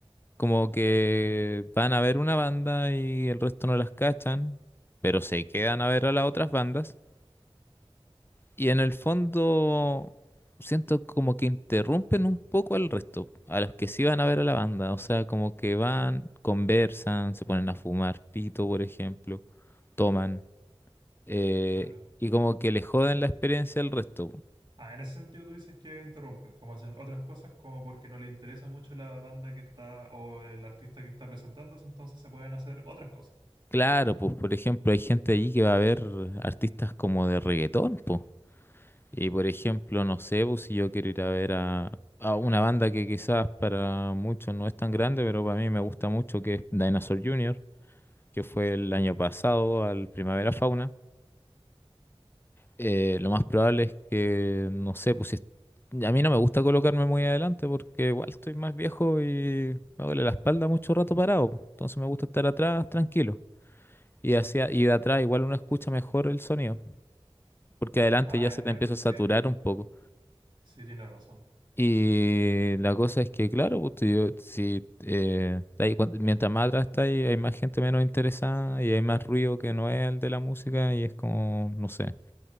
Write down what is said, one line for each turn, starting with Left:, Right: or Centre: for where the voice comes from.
Left: Como que
Right: ya entiendo,
Left: van a ver una banda y el resto no las cachan, pero se quedan a ver a las otras bandas y en el fondo siento como que interrumpen un poco al resto, a los que sí van a ver a la banda, o sea, como que van, conversan, se ponen a fumar pito, por ejemplo, toman eh,
Right: claro.
Left: y como que le joden la experiencia al resto.
Right: Ah, en ese sentido tú dices que interrumpen, como hacen otras cosas, como porque no le interesa mucho la banda que está o el artista que está presentándose, entonces se pueden hacer otras cosas.
Left: Claro, pues por ejemplo, hay gente allí que va a ver artistas como de reggaetón, pues. Y por ejemplo, no sé, pues si yo quiero ir a ver a, a una banda que quizás para muchos no es tan grande, pero para mí me gusta mucho, que es Dinosaur Jr., que fue el año pasado al Primavera Fauna. eh, lo más probable es que, no sé, pues si es- a mí no me gusta colocarme muy adelante porque igual estoy más viejo y me duele la espalda mucho rato parado. pues. Entonces me gusta estar atrás, tranquilo. Y hacia, y de atrás igual uno escucha mejor el sonido, porque adelante
Right: Ah,
Left: ya
Right: ya
Left: se
Right: entiendo,
Left: te empieza
Right: sí,
Left: a saturar un poco.
Right: sí, tienes razón.
Left: Y la cosa es que, claro, pues, tú- yo- si, eh, está ahí cuan- mientras más atrás está ahí, hay más gente menos interesada y hay más ruido que no es el de la música y es como, no sé,